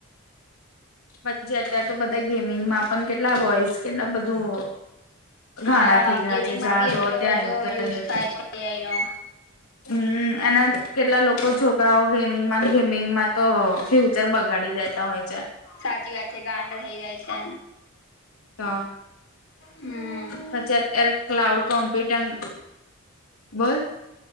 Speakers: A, on the left; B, on the left.
A: પછી અત્યારે તો બધા ગેમિંગમાં પણ કેટલા બોઇસ, કેટલા બધું ગાંડા
B: હા
A: થઈ ગયા
B: ગેમિંગમાં
A: છે જ્યાં
B: બી
A: જઓ
B: એટલો
A: ત્યાં
B: બધો
A: ઇન્ટરનેટ.
B: યુઝ થાય છે એઆઈ નો
A: હમ્મ એને કેટલા લોકો છોકરાઓ ગેમિંગમાં ને ગેમિંગમાં તો ફ્યૂ ચર બગાડી દેતા હોય છે.
B: સાચી વાત છે ગાંડા થઈ જાય છે.
A: તો.
B: હમ
A: પછી અત્યારે ક્લાઉડ કોમ્પ્યુટંગ, બોલ.